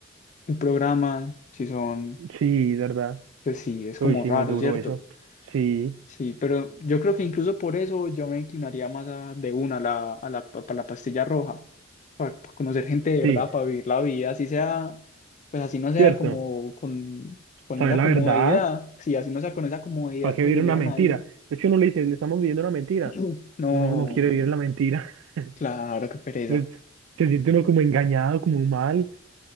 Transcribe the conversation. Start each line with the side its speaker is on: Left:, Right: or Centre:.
Left: un programa, si son,
Right: Sí, verdad.
Left: pues sí, es
Right: Uy,
Left: como
Right: sí,
Left: raro,
Right: muy duro
Left: ¿cierto?
Right: eso. Sí,
Left: Sí, pero yo creo que incluso por eso yo me inclinaría más a- de una a la, a la, pa- pa la pastilla roja, para, conocer gente de verdad,
Right: sí,
Left: para vivir la vida, así sea, pues así no sea
Right: cierto.
Left: como con, con
Right: saber
Left: esa
Right: la
Left: comodidad,
Right: verdad,
Left: sí, así no sea con esa comodidad
Right: ¿para qué
Left: que
Right: vivir
Left: vivían
Right: una mentira?
Left: ahí
Right: Es que uno le dice, le estamos viviendo una mentira.
Left: <clears throat> No,
Right: Uno no quiere vivir la mentira. <laughs>
Left: claro, qué pereza.
Right: Pues se siente uno como engañado, como mal.